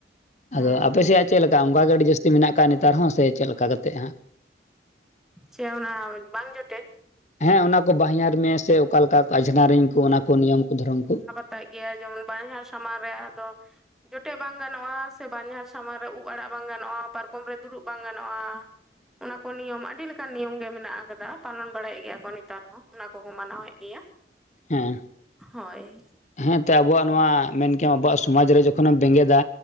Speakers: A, on the left; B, in the centre.
A: ᱟᱫᱚ
B: ᱦᱮᱸ
A: ᱟᱯᱮᱥᱮᱭᱟᱜ ᱪᱮᱫ ᱞᱮᱠᱟ ᱚᱝᱠᱟ ᱜᱮ ᱟᱹᱰᱤ ᱡᱟᱹᱥᱛᱤ ᱢᱮᱱᱟᱜ ᱟᱠᱟᱜ ᱱᱮᱛᱟᱨ ᱦᱚᱸ ᱥᱮ ᱪᱮᱫ ᱞᱮᱠᱟ ᱠᱟᱛᱮᱜ ᱦᱟᱸᱜ
B: ᱪᱮ ᱚᱱᱟ ᱵᱟᱝ ᱡᱚᱴᱮᱫ
A: ᱦᱮᱸ ᱚᱱᱟ ᱠᱚ ᱵᱟᱦᱧᱟᱨ ᱢᱮ ᱥᱮ ᱚᱠᱟᱮᱠᱟ ᱟᱡᱽᱷᱱᱟᱨᱤᱧ ᱠᱚ ᱚᱱᱟ ᱠᱚ ᱱᱤᱭᱚᱢ ᱠᱚ ᱫᱷᱚᱨᱚᱢ ᱠᱩ
B: ᱢᱮᱛᱟᱜ ᱜᱮᱭᱟ ᱡᱮᱢᱚᱱ ᱵᱟᱦᱧᱟᱨ ᱥᱟᱢᱟᱝ ᱨᱮ ᱟᱫᱚ ᱡᱚᱴᱮᱫ ᱵᱟᱝ ᱜᱟᱱᱚᱜᱼᱟ ᱥᱮ ᱵᱟᱦᱧᱟᱨ ᱥᱟᱢᱟᱝ ᱨᱮ ᱩᱵ ᱟᱲᱟᱜ ᱵᱟᱝ ᱜᱟᱱᱚᱜᱼᱟ, ᱥᱮ ᱯᱟᱨᱠᱚᱢ ᱨᱮ ᱫᱩᱲᱩᱵ ᱵᱟᱝ ᱜᱟᱱᱚᱜᱼᱟ ᱚᱱᱟ ᱠᱚ ᱱᱤᱭᱚᱢ ᱟᱹᱰᱤ ᱞᱮᱠᱟᱱ ᱱᱤᱭᱚᱢ ᱜᱮ ᱢᱮᱱᱟᱜ ᱟᱠᱟᱫᱟ ᱯᱟᱞᱚᱱ ᱵᱟᱲᱟᱭᱮᱷ ᱜᱮᱭᱟ ᱠᱚ ᱱᱮᱛᱟᱨ ᱦᱚᱸ ᱚᱱᱟ ᱠᱚᱠᱚ ᱢᱟᱱᱟᱣᱮᱫ ᱜᱮᱭᱟ
A: ᱦᱮᱸ
B: ᱦᱳᱭ
A: ᱦᱮᱸ ᱮᱱᱛᱮ ᱟᱵᱚᱣᱟᱜ ᱱᱚᱣᱟ ᱢᱮᱱ ᱠᱮᱭᱟᱢ ᱟᱵᱚᱣᱟᱜ ᱥᱚᱢᱟᱡᱽ ᱨᱮ ᱡᱚᱠᱷᱚᱱᱮᱢ ᱵᱮᱸᱜᱮᱫᱟ